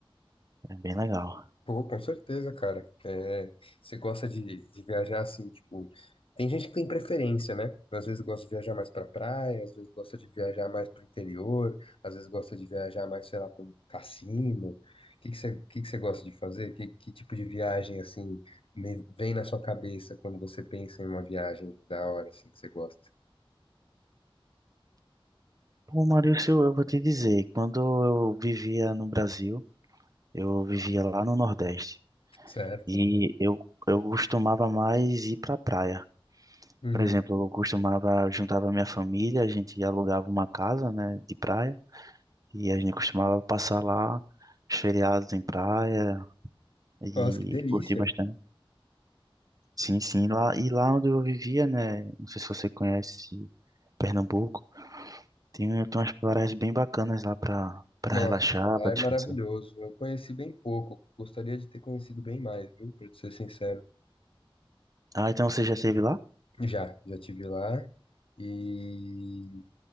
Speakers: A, on the right; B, on the left.
A: É bem legal.
B: Pô, com certeza, cara. É, você gosta de, de viajar assim, tipo. Tem gente que tem preferência, né? Às vezes gosta de viajar mais pra praia, às vezes gosta de viajar mais pro interior, às vezes gosta de viajar mais, sei lá, pra um cassino. O que que você, que que você gosta de fazer? Que, que tipo de viagem, assim, me- vem na sua cabeça quando você pensa em uma viagem da hora, assim, que você gosta?
A: Ô Maurício, eu vou te dizer, quando eu vivia no Brasil, eu vivia lá no Nordeste
B: Certo?
A: e eu, eu costumava mais ir para praia.
B: Uhum.
A: Por exemplo, eu costumava, juntava minha família, a gente alugava uma casa, né, de praia e a gente costumava passar lá os feriados em praia e
B: Nossa, que delícia.
A: curtir bastante. Sim, sim, lá e lá onde eu vivia, né, não sei se você conhece Pernambuco, tem, tem umas praias bem bacanas lá para para
B: Nossa,
A: relaxar,
B: lá
A: para
B: é
A: descansar.
B: maravilhoso. Eu conheci bem pouco. Gostaria de ter conhecido bem mais, viu? Pra te ser sincero.
A: Ah, então você já esteve lá?
B: Já, já tive lá. E